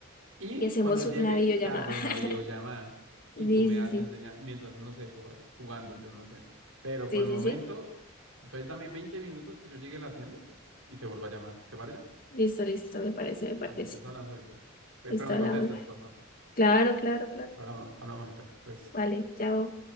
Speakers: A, on the right (about 80°); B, on the left (about 45°).
A: Y
B: Y hacemos
A: cuando llegue,
B: una videollamada.
A: te hago una
B: <laughs>
A: videollamada y
B: Sí,
A: tú me
B: sí,
A: vas
B: sí.
A: enseñando, mientras, no sé, tú vas jugando, yo no sé. Pero por
B: Sí,
A: el
B: sí,
A: momento,
B: sí.
A: entonces dame 20 minutos que yo llegue a la tienda y te vuelvo a llamar. ¿Te parece?
B: Listo, listo, me parece, me parece.
A: Dale, entonces hablamos ahorita. Pe-
B: Listo,
A: Pero me
B: hablamos.
A: contestas, por favor.
B: Claro, claro, claro.
A: Hablamos, hablamos ahorita. Gracias.
B: Vale, chao.